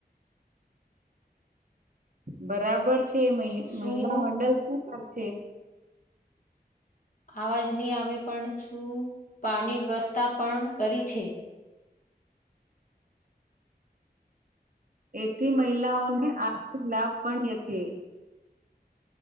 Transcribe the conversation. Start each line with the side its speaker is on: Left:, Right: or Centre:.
Right: બરાબર છે એ
Left: શું
Right: મહિલા મંડલ શું કરશે?
Left: અવાજ નહી આવે પણ શું પાણી વ્યવસ્થા પણ કરી છે.
Right: એથી મહિલાઓને આર્થિક લાભ પણ લેશે.